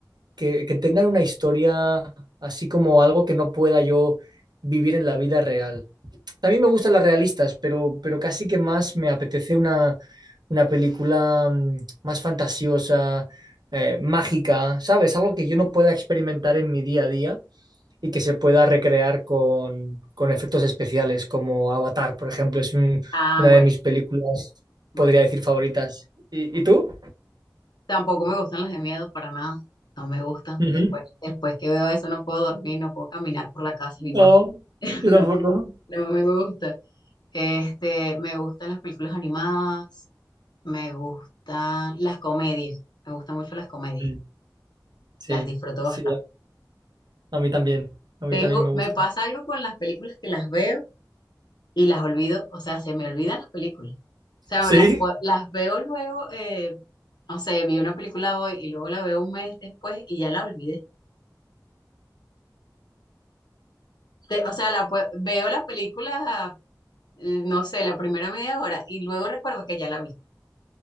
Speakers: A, on the right; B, on the left.
A: que, que tengan una historia así como algo que no pueda yo vivir en la vida real. También me gustan las realistas, pero, pero casi que más me apetece una, una película mm, más fantasiosa, eh, mágica, ¿sabes? Algo que yo no pueda experimentar en mi día a día y que se pueda recrear con, con efectos especiales, como Avatar, por ejemplo, es un-
B: Ah,
A: una
B: buenísimo,
A: de mis películas,
B: buenísimo.
A: podría decir, favoritas. ¿Y, y tú?
B: Tampoco me gustan las de miedo para nada. No me gustan.
A: Ujú.
B: Después, después que veo eso no puedo dormir, no puedo caminar por la casa
A: No,
B: ni nada. <laughs>
A: yo tampoco.
B: No, no me gusta. Este, me gustan las películas animadas, me gustan las comedias, me gustan mucho las comedias,
A: Mm, Sí,
B: las disfruto
A: sí,
B: bastante.
A: a mí también, a mí
B: Tengo,
A: también me gusta.
B: me pasa algo con las películas que las veo y las olvido, o sea, se me olvidan las películas. O sea,
A: ¿Sí?
B: las, fu- las veo luego, eh, no sé, vi una película hoy y luego la veo un mes después y ya la olvidé. Te- o sea, la, pue- veo la película, eh, no sé, la primera media hora y luego recuerdo que ya la vi.